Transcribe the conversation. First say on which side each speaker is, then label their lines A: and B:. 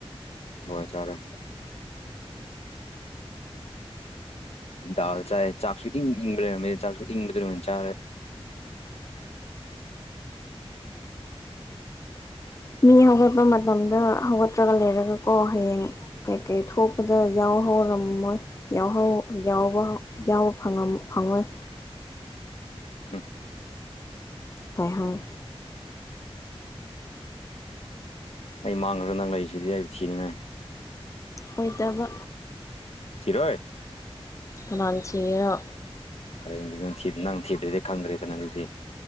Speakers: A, on the left; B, on the left.
A: ꯍꯋꯥꯏ ꯆꯥꯔꯦ꯫ ꯗꯥꯜ ꯆꯥꯏ ꯆꯥꯛꯁꯨ ꯏꯪ ꯢꯪ ꯂꯩꯔꯝꯃꯦ ꯆꯥꯛꯁꯨ ꯢꯪꯕꯗꯨ ꯑꯣꯢꯅ ꯆꯥꯔꯦ
B: ꯃꯤ ꯍꯧꯒꯠꯄ ꯃꯇꯝꯗ ꯍꯧꯒꯠꯇ꯭ꯔꯒ ꯂꯩꯔꯒꯀꯣ ꯍꯌꯦꯡ ꯀꯩꯀꯩ ꯊꯣꯛꯄꯗ ꯌꯥꯎ ꯍꯧꯔꯝꯃꯣꯏ ꯌꯥꯎꯍꯧ ꯌꯥꯎꯕ ꯌꯥꯎꯕ ꯐꯪ ꯐꯪꯉꯣꯏ
A: ꯎꯝ
B: ꯀꯥꯏꯍꯥꯡ <unintelligible>
A: ꯑꯩ ꯃꯥꯡꯈ꯭ꯔꯁꯨ ꯅꯪ ꯂꯩꯔꯤꯁꯤꯗꯤ ꯑꯩ ꯊꯤꯅꯤꯡꯉꯥꯏ
B: ꯑꯣꯏꯗꯕ
A: ꯊꯤꯔꯣꯏ
B: ꯀꯅꯥ ꯊꯤꯒꯦꯔꯣ
A: ꯐꯔꯦꯅꯦ ꯑꯗꯨꯗꯤ ꯅꯪ ꯊꯤꯗ꯭ꯔꯗꯤ ꯈꯪꯗ꯭ꯔꯦꯗꯅ ꯑꯗꯨꯗꯤ